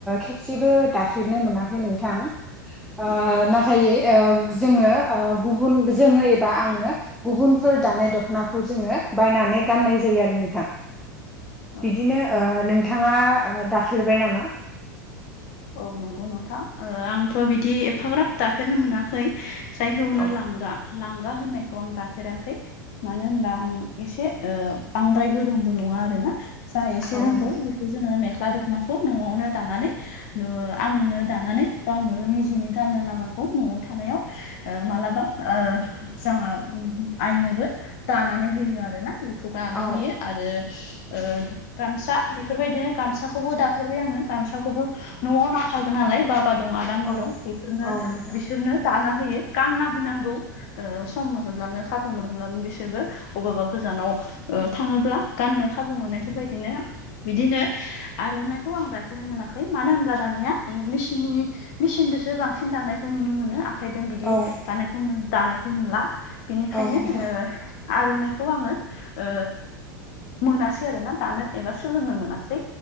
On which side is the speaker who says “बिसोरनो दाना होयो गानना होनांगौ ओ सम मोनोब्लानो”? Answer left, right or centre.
Left